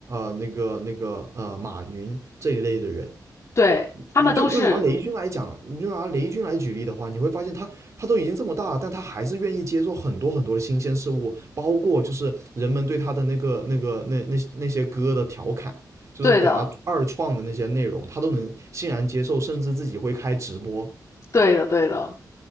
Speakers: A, on the right (about 45°); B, on the left (about 45°).
A: 呃那个那个呃马云这一类的人，
B: 对，他们都是
A: 你就就拿雷军来讲，你就拿雷军来举例的话，你会发现他他都已经这么大了，但他还是愿意接受很多很多的新鲜事物，包括就是人们对他的那个那个那那那些歌的调侃，就是给他二创的那些内容，
B: 对的，
A: 他都能欣然接受，甚至自己会开直播，
B: 对的对的，